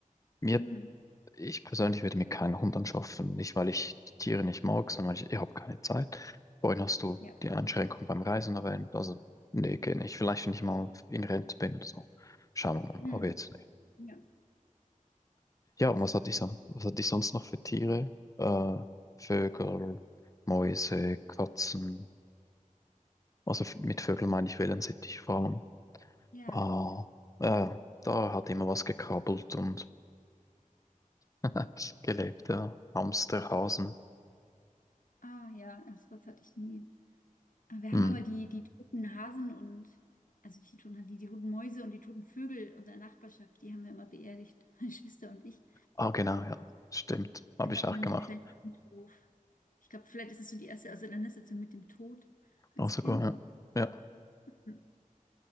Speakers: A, on the left; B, on the left.
A: Mir
B: Mm.
A: Ich persönlich würde mir keinen Hund anschaffen. Nicht, weil ich die Tiere nicht mag, sondern weil ich, ich habe keine Zeit. Vorhin hast du
B: Ja.
A: die Einschränkung beim Reisen erwähnt. Also, nee, geht nicht. Vielleicht, wenn ich mal in Rente bin oder so. Schauen wir mal.
B: Mm.
A: Aber jetzt nicht.
B: Ja,
A: Ja,
B: das
A: und was
B: verstehe
A: hatte ich, son-
B: ich.
A: was hatte ich sonst noch für Tiere? Äh, Vögel, Mäuse, Katzen. Also f- mit Vögeln meine ich wellensittich vor allem.
B: Ja.
A: Ah, äh, da hat immer was gekrabbelt und <laughs> gelebt, ja. Hamster, Hasen.
B: Ah, ja, das Wort hatte ich nie. Aber wir
A: Hm.
B: haben immer die, die toten Hasen und, also nicht die toten Hasen, die, die toten Mäuse und die toten Vögel unserer Nachbarschaft, die haben wir immer beerdigt, <laughs> meine Schwester und ich.
A: Ah, genau, ja. Stimmt. Habe
B: Wir
A: ich
B: hatten
A: auch
B: dann
A: gemacht.
B: so einen kleinen Friedhof. Ich glaube, vielleicht ist es so die erste Auseinandersetzung mit dem Tod als
A: Auch sogar,
B: Kind.
A: ja. Ja.
B: Hm.